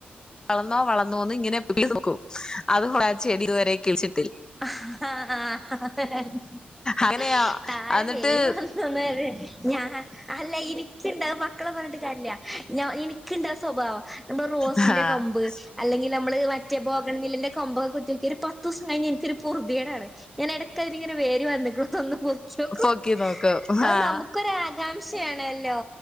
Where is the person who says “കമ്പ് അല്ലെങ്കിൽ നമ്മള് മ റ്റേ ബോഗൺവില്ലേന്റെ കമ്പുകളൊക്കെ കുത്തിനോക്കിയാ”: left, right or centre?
Centre